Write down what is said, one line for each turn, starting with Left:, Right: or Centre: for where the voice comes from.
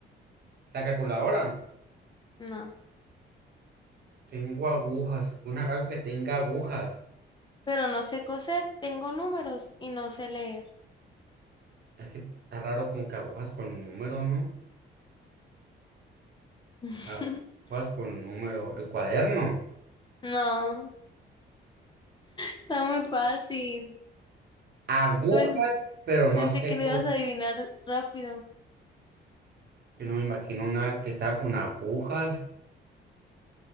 Right: La calculadora.
Left: No.
Right: Tengo agujas. Una algo que tenga agujas.
Left: Pero no sé coser. Tengo números y no sé leer.
Right: Es que está raro como que agujas con número, ¿no?
Left: <laughs>
Right: Ah, Agujas con número. El cuaderno.
Left: No. Está muy fácil.
Right: Agujas,
Left: Bueno,
Right: pero no
Left: pensé
Right: sé
Left: que lo
Right: coser.
Left: ibas a adivinar rápido.
Right: Yo no me imagino una que sea con agujas.